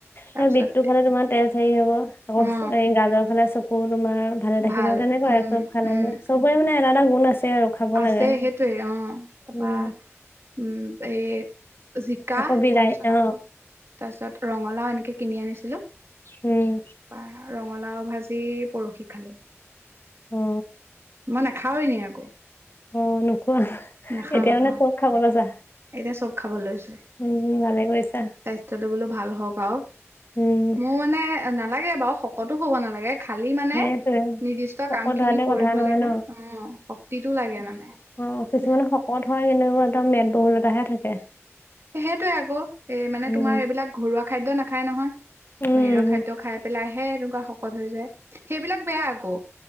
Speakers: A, on the right; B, on the left.
A: তাৰপিছত
B: সেই বিতটো খালে তোমাৰ তেজ হেৰি হ'ব, আকৌ
A: অ
B: গাজৰ খালে চকু- আকৌ তোমাৰ ভালে থাকিব।
A: ভাল
B: তেনেকুৱা
A: উম
B: চব খালে
A: উম
B: মানে চবৰে মানে এটা এটা গুণ আছে আৰু। খাব
A: আছে।
B: লাগে
A: সেইটোৱে অঁ, তাৰপা
B: উম
A: উম, এ- জিকা,
B: আকৌ বিলাহী
A: তাৰপিছত
B: অ
A: আকৌ তাৰপিছত ৰঙালাও এনেকে কিনি আনিছিলোঁ।
B: উম।
A: তাৰপা ৰঙালাও ভাজি পৰখি খালোঁ।
B: অঁ।
A: মই নাখাওঁ এনে আকৌ।
B: অঁ, নোখোৱা,
A: নাখাও
B: এতিয়া
A: নাখাও
B: মানে চব খাব লৈছা।
A: এতিয়া চব খাব লৈছোঁ।
B: উম ভালে কৰিছা
A: স্বাস্থ্যটো বোলো ভাল হওঁক আওঁ।
B: উম
A: মোৰ মানে নালাগে বাৰু, শকতো হ'ব নালাগে। খালি মানে,
B: সেইটোৱে
A: নিৰ্দিষ্ট
B: শকত
A: কাম খিনি
B: হোৱাতে
A: কৰিব
B: কথা নহয়
A: লাগে
B: ন
A: অঁ, শক্তিটো লাগে মানে।
B: অঁ, কিছুমান
A: উম,
B: শকত হয়, সিহঁতবোৰৰ মেদবহুলতাহে থাকে।
A: সেইটোৱে আকৌ, এ মানে
B: উম
A: তোমাৰ এইবিলাক ঘৰুৱা খাদ্য নাখায় নহয়,
B: উম
A: বাহিৰ খাদ্য খায়- পেলাই হে এনেকুৱা শকত হৈ যায়, সেইবিলাক বেয়া আকৌ।